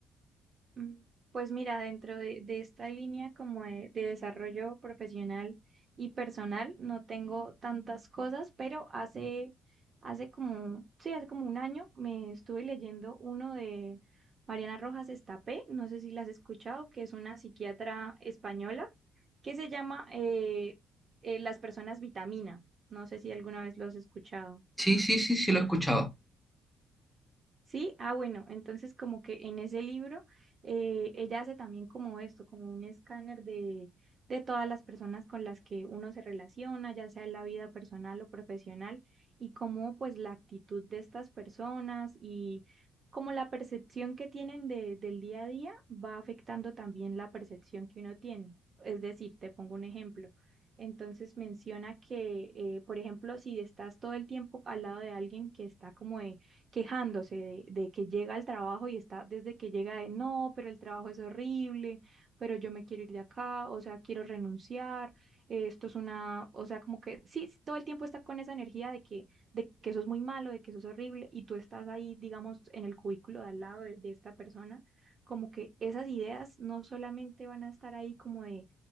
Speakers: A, on the right; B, in the centre.
A: Mm, Pues mira, dentro de, de esta línea como de, de desarrollo profesional y personal, no tengo tantas cosas, pero hace, hace como, sí, hace como un año me estuve leyendo uno de Mariana Rojas Estapé, no sé si la has escuchado, que es una psiquiatra española, que se llama eh, eh, Las personas vitamina. No sé si alguna vez lo has escuchado.
B: Sí, sí, sí, sí, lo he escuchado.
A: Sí, ah, bueno, entonces como que en ese libro eh, ella hace también como esto, como un escáner de, de todas las personas con las que uno se relaciona, ya sea en la vida personal o profesional, y cómo pues la actitud de estas personas y como la percepción que tienen de, del día a día va afectando también la percepción que uno tiene. Es decir, te pongo un ejemplo. Entonces menciona que, eh, por ejemplo, si estás todo el tiempo al lado de alguien que está como quejándose de, de que llega al trabajo y está desde que llega de no, pero el trabajo es horrible, pero yo me quiero ir de acá, o sea, quiero renunciar, eh, esto es una, o sea, como que sí, todo el tiempo está con esa energía de que, de que eso es muy malo, de que eso es horrible, y tú estás ahí, digamos, en el cubículo de al lado de, de esta persona, como que esas ideas no solamente van a estar ahí como de